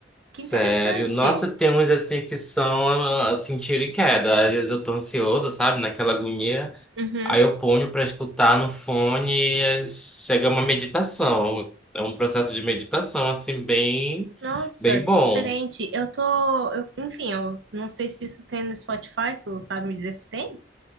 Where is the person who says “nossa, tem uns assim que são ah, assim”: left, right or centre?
Centre